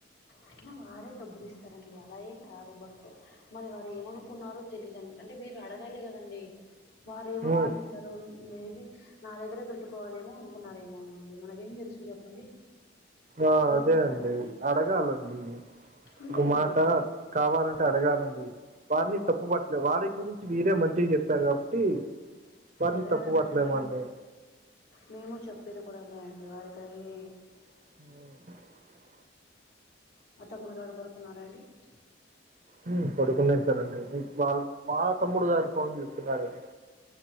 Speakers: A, on the left (about 60°); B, on the right (about 40°).
A: అయినా వారే డబ్బులు ఇస్తారండి అలా ఏం కాదు బట్ మరి వారు ఏమనుకున్నారో తెలీదండి అంటే మీరు అడగాలి కదండి వారు ఏమనుకుని
B: హ్మ్.
A: మేబి నా దగ్గరే పెట్టుకోవాలేమో అనుకున్నారేమో అనిండి మనకేం తెలుసు చెప్పండి
B: ఆ
A: నిజమా
B: అదే అండి
A: కాదండి
B: అడగాలండి
A: అంతే
B: ఒక
A: కదండి
B: మాట కావాలంటే అడగాలండి వారిని తప్పుబట్టలే వాడి గురించి వీరే మంచిగా చెప్పారు కాబటి టి వారిని
A: అదే
B: తప్పు
A: కదండి
B: పట్టలేమండి
A: మేము చెప్పేది కూడా అదే అండి వారికి అయి
B: అ
A: మ తమ్ముడిగాడు కొరుకున్నారంండి <unintelligible>
B: ఉం పడుకునేసారండి వాళ్ళ వాళ్ళ తమ్ముడు గారి ఫోన్ చూస్తున్నారండి